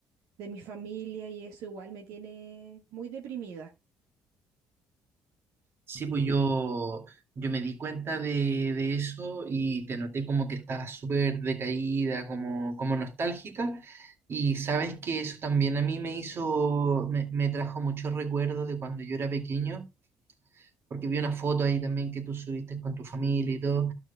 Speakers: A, on the right (about 75°); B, on the right (about 45°).
A: de mi familia y eso igual me tiene muy deprimida.
B: Sí, pues yo, yo me di cuenta de, de eso y te noté como que estabas súper decaída, como, como nostálgica. Y sabes que eso también a mí me hizo, me, me trajo muchos recuerdos de cuando yo era pequeño, porque vi una foto ahí también que tú subiste con tu familia y todo.